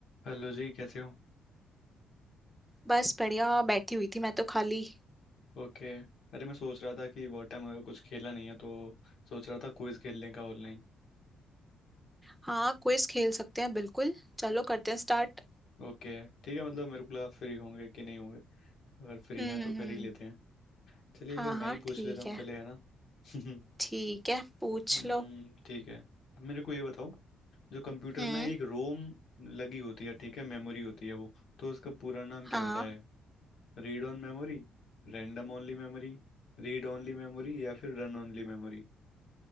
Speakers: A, on the left (about 60°); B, in the centre.
A: Hello जी कैसे हो
B: बस बढ़िया बैठी हुई थी मैं तो खाली
A: ओके अरे मैं सोच रहा था कि बहुत टाइम हो गया कुछ खेला नहीं है तो सोच रहा था क्विज खेलने का ऑनलाइन
B: हाँ क्विज खेल सकते हैं बिल्कुल चलो करते हैं स्टार्ट
A: ओके ठीक है मतलब मेरे को लगा फ्री होंगे कि नहीं होंगे अगर फ्री
B: हम्म
A: हैं तो
B: हम्म
A: कर
B: हम्म।
A: ही लेते हैं चलिए
B: हाँ
A: फिर मैं
B: हाँ
A: ही पूछ
B: ठीक
A: लेता हूँ
B: है
A: पहले है ना <laughs>
B: ठीक है पूछ
A: हम्म
B: लो
A: ठीक है अब मेरे को ये बताओ जो कंप्यूटर
B: हम्म,
A: में एक रोम लगी होती है ठीक है मेमोरी होती है वो तो उसका पूरा नाम
B: हाँ
A: क्या होता है Read on memory random only memory read only memory या फिर run only memory